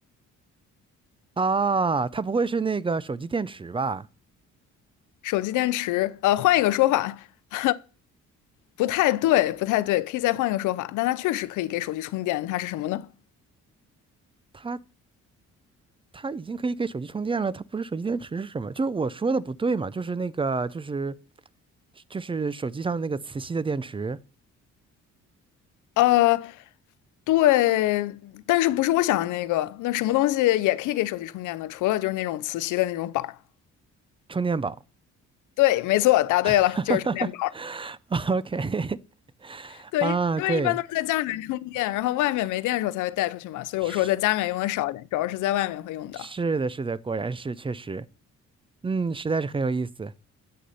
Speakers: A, on the right; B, on the left.
A: 啊，它不会是那个手机电池吧？
B: 手机电池，呃，换一个说法，<laughs> 不太对，不太对，可以再换一个说法，但它确实可以给手机充电，它是什么呢？
A: 它它已经可以给手机充电了，它不是手机电池是什么？就是我说的不对嘛，就是那个就是就是手机上那个磁吸的电池
B: 呃，对，但是不是我想的那个？那什么东西也可以给手机充电呢？除了就是那种磁吸的那种板儿。
A: 充电宝。
B: 对，没错，答对了，
A: <laughs>
B: 就是充电。宝。
A: OK，<laughs>
B: 对，
A: 啊，
B: 因为一般都是在家里面充电，
A: 对，
B: 然后外面没电的时候才会带出去嘛，所以我说在家里面用的少一点，
A: 是
B: 主要是在外面会用到。
A: 是的，是的，果然是确实，嗯，实在是很有意思。